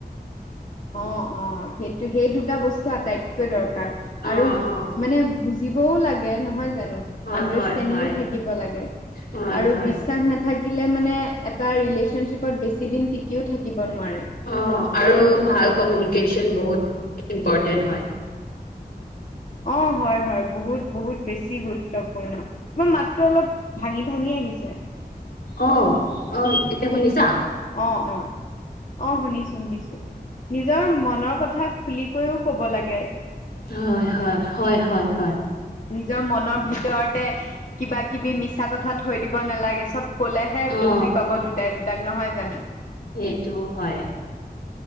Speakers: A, on the left (about 50°); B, on the left (about 75°).
A: অ অ সেইটো সেই দুটা বস্তু আটাইতকৈ দৰকাৰ
B: অ
A: আৰু
B: অ
A: মানে বুজি- বও লাগে নহয় জানো
B: হয়
A: আন্দাৰ
B: হয়
A: ষ্টেণ্ডিংয়ো
B: হয়
A: থাকিব লাগে
B: হয়
A: আৰু
B: হয়
A: বিশ্বাস‌ নাথা- থাকিলে মানে এটা ৰিলেশচনশ্বিপত বেছি দিন টিকিও থাকিব নোৱাৰে।
B: অ', আৰু ভাল কমিউনিকেচন বহুত ইম্পৰটেণ্ট হয়।
A: অ', হয় হয় বহুত বহুত বেছি গুৰুত্বপূৰ্ণ। তোমাৰ মাতটো অলপ ভাঙি ভাঙি আহিছে।
B: অ', অ', এতিয়া শুনিছা?
A: অ', অ', অ', শুনিছো শুনিছো। নিজৰ মনৰ কথা খুলি কৈও কব লাগে।
B: হয় হয় হয় হয় হয়
A: নিজৰ মনৰ ভিতৰতে কিবা কিবি মিছা কথা থৈ দিব নালাগে চব কলেহে
B: অ
A: বুজি পাব দুটাই দুটাক নহয় জানো।
B: সেইটোও হয়।